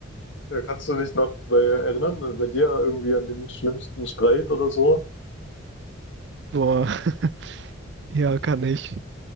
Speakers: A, on the left (about 65°); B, on the right (about 60°).
A: ey. Äh, Kannst du dich noch bei, erinnern, äh, bei dir irgendwie an den schlimmsten Streit oder so?
B: Boah, <laughs> ja, kann ich.